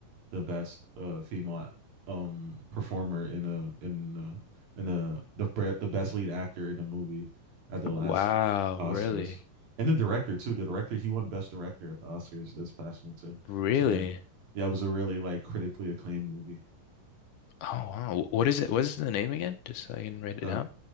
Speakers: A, on the right; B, on the left.
A: the best uh, female um, performer in a in a, in a the the best lead actor in a movie at the last
B: Wow,
A: Oscars.
B: really?
A: And the director too. The director he won best director at the Oscars this past one too.
B: Really?
A: So yeah, yeah, it was a really like critically acclaimed movie.
B: Oh wow. What is it? What is the name again? Just so I can write
A: Uh,
B: it down.